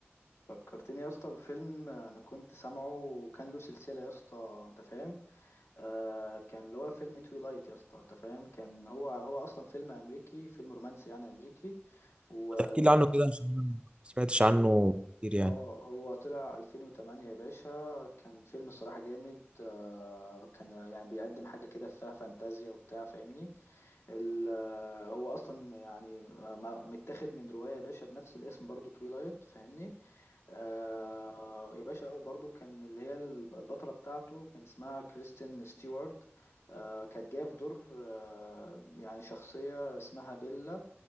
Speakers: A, on the left (about 85°); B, on the right (about 25°).
A: فكرتني يا اسطى بفيلم انا كنت سامعه وكان له سلسله يا اسطى انت فاهم آه كان اللي هو فيلم تويلايت يا اسطى انت فاهم كان هو هو اصلا فيلم امريكي فيلم رومانسي يعني امريكي وطلع
B: ما تحكي لي عنه كده عشان انا ما سمعتش عنه كتير يعني
A: اه هو طلع 2008 يا باشا كان فيلم الصراحه جامد آه كان يعني بيقدم حاجه كده فيها فانتازيا وبتاع فاهمني ال- آه، هو اصلا يعني م- متاخد من روايه يا باشا بنفس الاسم برضو تويلايت فاهمني آه يا باشا وبرضو كان اللي هي الب- البطله بتاعته كان اسمها كريستين ستيوارت آه كانت جايه في دور آه يعني شخصيه اسمها بيلا